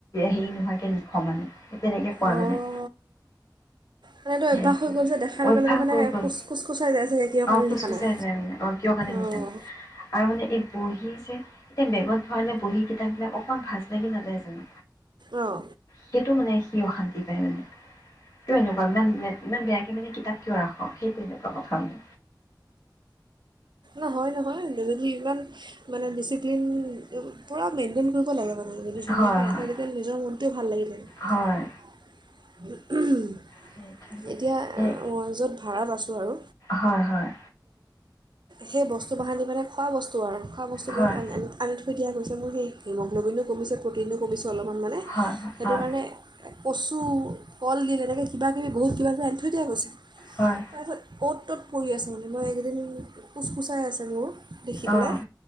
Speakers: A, on the left; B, on the right.
A: হেৰি নোহোৱাকৈ লিখওঁ মানে সেই তেনেকৈ পোৱা
B: অঁ
A: মনেই
B: মানে এইটো
A: সে
B: অভ্যাস
A: টো
B: হৈ গ'ল যে দেখাৰ লগে
A: অভ্য়াস
B: লগে মানে
A: হৈ গল
B: কোচ কোচ কোচাই যায় চাগে কিহৰ কাৰণে
A: অ খোচ খোচ
B: লিখা
A: খোচাই
B: নাই
A: যায় মানে অ কিয় কাৰণে লিখা
B: অঁ
A: নায় আৰু মানে এই বহী যে এতিয়া বেগত ভৰালে বহী কিতাপবিলাক অকণমান ভাজ লাগি নাযায় জানো
B: অঁ।
A: সেইটো মানে সি অশান্তি <unintelligible> কিয় এনেকুৱা ইমান বেয়া ত মানে কিতাপ কিয় ৰাখোঁ সেই তেনেকোৱা কথা মানে।
B: অহ হয় নহয় সিইমান ইমান ডিচিপ্লিন পূৰা মেইনটেইন কৰিব লাগে মানে। যদি ধুনীয়াকৈ
A: হয় হয়
B: ৰাখে তেতিয়াহলে নিজৰ মনটোৱে ভাল লাগিলে থাকে।
A: হয়
B: উম।
A: সেইটোৱে
B: এতিয়া
A: সেই
B: য'ত ভাড়াত আছোঁ আৰু
A: হয় হয়
B: সেই বস্তু। বাহানি মানে খোৱা বস্তু আৰু। খোৱা বস্তু
A: হয়
B: বহুত আনি থৈ দিয়া গৈছে। মোৰ এই হিমগ্লবিনো কমিছে প্ৰটিনো কমিছে। অলপমানে
A: হয়
B: সেইটো
A: হয়
B: কাৰণে। কচু, কল দিল এনেকে কিবা। বহুত কিবা কিবি আনি থৈ দিয়া গৈছেঁ।
A: হয়
B: তাৰপিছত অট তট। পৰি আছে মানে, মই এইকেইদিন কোচকোচাই আছে মোৰ। দেখি পেলাই
A: অঁ